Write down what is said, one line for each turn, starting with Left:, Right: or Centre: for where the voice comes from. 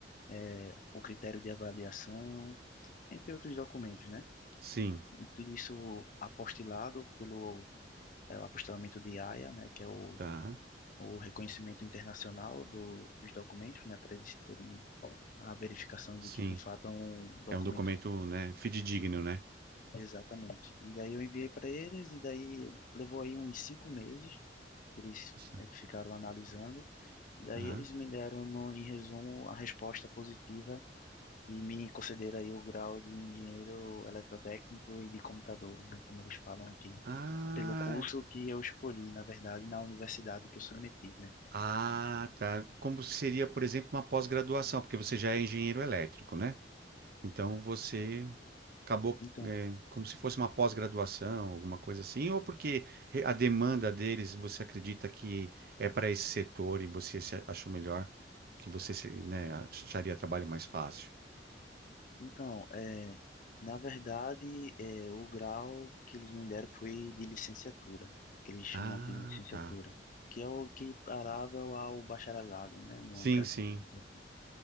Left: eh, o critério de avaliação, entre outros documentos, né?
Right: sim,
Left: E tudo isso apostilado pelo é o apostilamento de AIA, né, que é o,
Right: tá,
Left: o reconhecimento internacional do, dos documentos, né, para eles terem a verificação
Right: sim.
Left: de que de fato é um documento
Right: É um documento, né, fidedigno, né?
Left: exatamente. E daí eu enviei para eles e daí levou aí uns cinco meses que eles
Right: Isso.
Left: né, ficaram analisando e daí
Right: Aham.
Left: eles me deram no, em resumo a resposta positiva e me concederam aí o grau de engenheiro eletrotécnico e de computadores, né, como eles falam aqui,
Right: Ah,
Left: pelo curso que eu escolhi, na verdade, na universidade que eu submeti, né?
Right: ah, tá. Como seria, por exemplo, uma pós-graduação, porque você já é engenheiro elétrico, né? Então você acabou,
Left: Então,
Right: é, como se fosse uma pós-graduação, alguma coisa assim, ou porque a demanda deles, você acredita que é para esse setor e você se achou melhor, que você, se- né, acharia trabalho mais fácil.
Left: Então, é, na verdade, é, o grau que eles me deram foi de licenciatura, que eles chamam
Right: Ah,
Left: aqui de licenciatura,
Right: tá.
Left: que é o equiparável ao bacharelado, né, no
Right: Sim,
Left: Brasil,
Right: sim.
Left: vamos dizer assim.